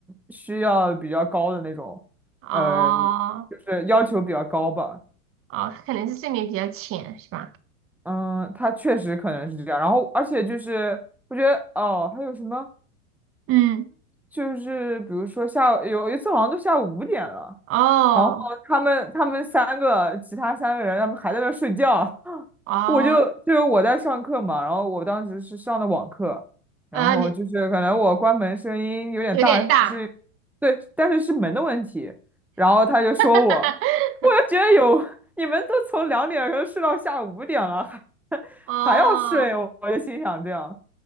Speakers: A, in the centre; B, on the right.
A: 需要比较高的那种，
B: 哦
A: 呃，就是要求比较高吧，
B: 哦，可能是睡眠比较浅是吧？
A: 嗯，他确实可能是这样，然后而且就是我觉得哦，还有什么
B: 嗯，
A: 就是比如说下午有一次好像都下午五点了。
B: 哦
A: 然后他们他们三个，其他三个人，他们还在那儿睡觉，<laughs>
B: 哦，
A: 我就就是我在上课嘛，然后我当时是上的网课，然后就是可能我关门声音有点大，
B: 呃，你有点大，
A: 是，对，但是是门的问题，然后他就说我，
B: <laughs>
A: 我就觉得有你们都从两点钟睡到下午五点了，还 <laughs>
B: 哦，
A: 还要睡，我我就心想这样，